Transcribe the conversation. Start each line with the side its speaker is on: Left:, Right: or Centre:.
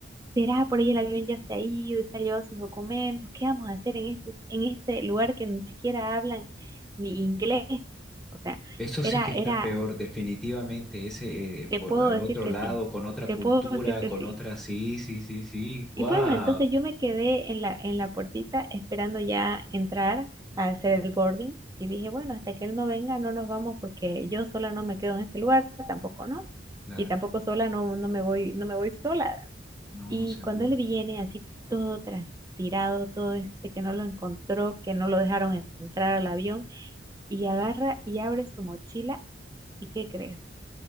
Right: será por ahí el avión ya se ha ido y se ha llevado sus documentos, ¿qué vamos a hacer en este, en este lugar que ni siquiera hablan ni inglés? O sea,
Centre: Eso
Right: era,
Centre: sí que está
Right: era
Centre: peor, definitivamente. Ese eh, por
Right: te puedo
Centre: al
Right: decir
Centre: otro
Right: que
Centre: lado,
Right: sí,
Centre: con otra
Right: te
Centre: cultura,
Right: puedo decir que
Centre: con
Right: sí.
Centre: otra, sí, sí, sí, sí. Wow.
Right: Y bueno, entonces yo me quedé en la, en la puertita esperando ya entrar a hacer el boarding y dije, bueno, hasta que él no venga no nos vamos porque yo sola no me quedo en este lugar, tampoco no.
Centre: Claro,
Right: Y tampoco sola no, no me voy, no me voy sola.
Centre: no,
Right: Y
Centre: seguro.
Right: cuando él viene así todo transpirado, todo este que no lo encontró, que no lo dejaron en- entrar al avión, y agarra y abre su mochila, ¿y qué crees?